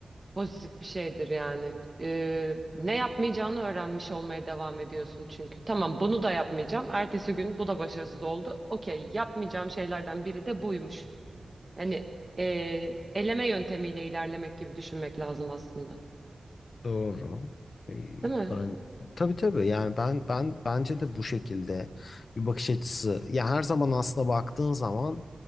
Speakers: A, on the right (about 20°); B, on the left (about 75°).
A: Pozitif bir şeydir yani. Ee, ne yapmayacağını öğrenmiş olmaya devam ediyorsun çünkü. Tamam bunu da yapmayacağım. Ertesi gün bu da başarısız oldu. Okey yapmayacağım şeylerden biri de buymuş. Hani ee, eleme yöntemiyle ilerlemek gibi düşünmek lazım aslında.
B: Doğru. Ee,
A: Değil mi?
B: Ben tabii tabii yani ben ben bence de bu şekilde bir bakış açısı ya her zaman aslında baktığın zaman